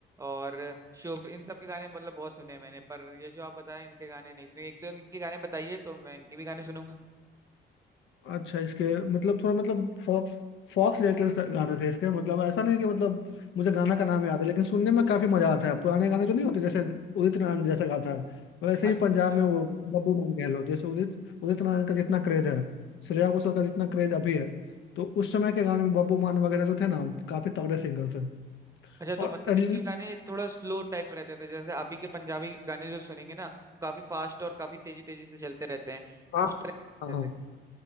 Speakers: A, on the right; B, on the left.
A: और शुभ इन सब के गाने मतलब बहुत सुने हैं मैंने पर ये जो आप बताए इनके गाने नहीं सुने एक दो इनके गाने बताइए तो मैं इनके भी गाने सुनूंगा
B: अच्छा इसके मतलब थोड़ा मतलब फॉ, फॉक्स रिलेटेड गाने थे इसके मतलब ऐसा नहीं कि मतलब मुझे गाना का नाम याद है लेकिन सुनने में काफी मजा आता है पुराने गाने जो नहीं होते जैसे उदित नारायण जैसा गाता है वैसे ही
A: अच्छा
B: पंजाब में वो बब्बू मोहन गहलोत जैसे उदित उदित नारायण का जितना क्रेज है श्रेया घोषाल का जितना क्रेज अभी है तो उस समय के गाने में बब्बू मान वगैरह जो थे ना काफी तगड़े सिंगर थे
A: अच्छा तो
B: और
A: मतलब
B: अरिजीत
A: इनके गाने थोड़ा स्लो टाइप रहते थे जैसे अभी के पंजाबी गाने जो सुनेंगे ना काफी फास्ट और काफी तेजी तेजी से चलते रहते हैं
B: हाँ
A: उस तरह के नहीं
B: हाँ
A: होते
B: हाँ,
A: थे